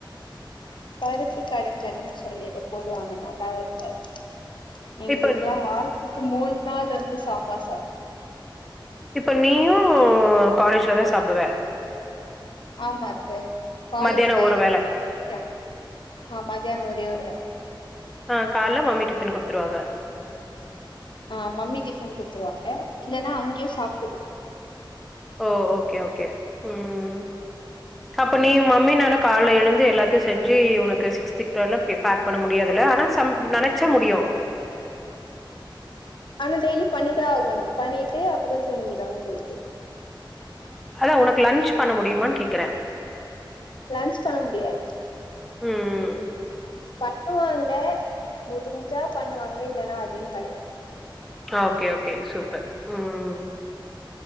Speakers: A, on the left; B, in the centre.
A: பருப்பு கடைஞ்சல்ன்னு சொல்லி எதோ போடுவாங்க நல்லாவே இருக்காது எங்களுக்குல்லா
B: இப்ப
A: வாரத்துக்கு மூண் நாள் வந்து சாம்பார் சா
B: இப்ப நீயு‌ காலேஜ்லதா சாப்டுவ
A: ஆமா அத்த காலேஜ்ல
B: மத்தியானம் ஒரு வேள.
A: <inaudible> ட்டாங்க ஆ மதியானோ ஒரே ஒரு வேல
B: ஆ கால்ல மம்மி டிஃபன் குடுத்துருவாங்க
A: ஆ மம்மி டிஃபன் குத்துருவாங்க இல்லனா அங்கயே சாப்ட்டுக்லா
B: ஓ ஓகே ஓகே ம் அப்ப நீ ஒ மம்மினால கால்ல எழுந்து எல்லாத்தையு செஞ்சு உனக்கு சிக்றோளா பே பேக் பண்ண முடியாதுல ஆனா சம் நனச்சா முடியு
A: ஆனா டெய்லி பண்ணிதா ஆகணு பண்ணிட்டு அப்புறோ தூங்கிடுவாங் போயிட்டு
B: அதா உனக்கு லன்ச் பண்ண முடியுமான் கேக்கற
A: லன்ச் பண்ண முடியாது
B: ம் ம்
A: பண்ணுவாங்க முடிஞ்சா பண்ணுவாங்க இல்லனா அதையு கடையாது
B: ஓகே ஓகே சூப்பர் ம்